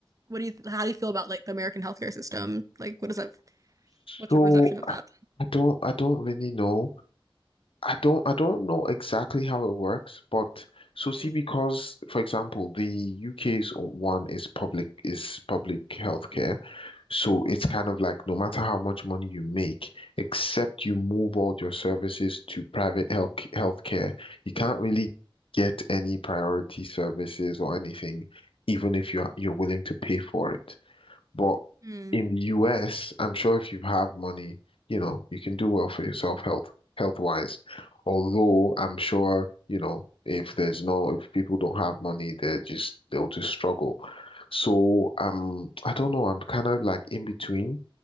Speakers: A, on the right; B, on the left.
A: what do you how do you feel about like the American healthcare system? Like what is that what's
B: So
A: your perception of that?
B: I don't I don't really know. I don't I don't know exactly how it works, but so see
A: Mm,
B: because for example the UK's one is public is public healthcare. So it's kind of like no matter how much money you make, except you move all your services to private health healthcare, you can't really get any priority services or anything, even if you're you're willing to pay for it. But
A: mm,
B: in the US, I'm sure if you have money, you know, you can do well for yourself health health wise. Although I'm sure, you know, if there's no if people don't have money, they're just they'll just struggle. So um I don't know, I'm kind of like in between